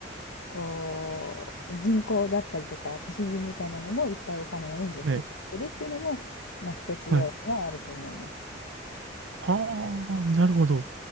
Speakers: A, on the left (about 90°); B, on the right (about 70°).
A: こう銀行だったりとか、都市銀みたいなのもいっぱいお金を援助してくれてるっていうのも、
B: はい。
A: まあ、一つ要因はあると思います。
B: はい。ああ、なるほど。